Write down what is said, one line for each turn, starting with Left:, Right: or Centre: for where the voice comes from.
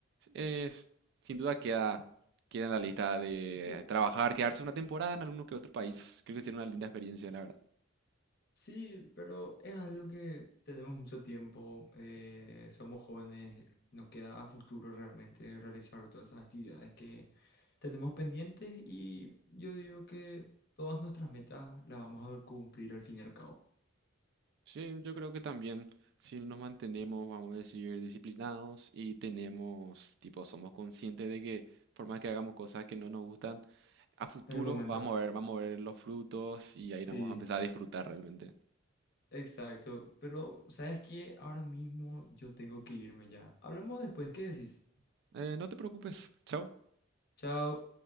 Right: es- sin duda queda, queda en la lista de
Left: Sí,
Right: trabajar, quedarse una temporada en alguno que otro país. Creo que sería una linda experiencia, la verdad.
Left: sí, pero es algo que tenemos mucho tiempo, eh, somos jóvenes, nos queda a futuro realmente realizar todas esas actividades que tenemos pendientes y yo digo que todas nuestras metas las vamos a cumplir al fin y al cabo.
Right: Sí, yo creo que también si nos mantenemos, vamos a decir, disciplinados y tenemos, tipo, somos conscientes de que por más que hagamos cosas que no nos gustan, a futuro
Left: En el momento.
Right: vamos a ver, vamos a ver los frutos y
Left: Sí,
Right: ahí nos vamos a empezar a disfrutar realmente.
Left: exacto. Pero, ¿sabes qué? Ahora mismo yo tengo que irme ya. Hablamos después, ¿qué decís?
Right: Eh, no te preocupes. Chao.
Left: Chao.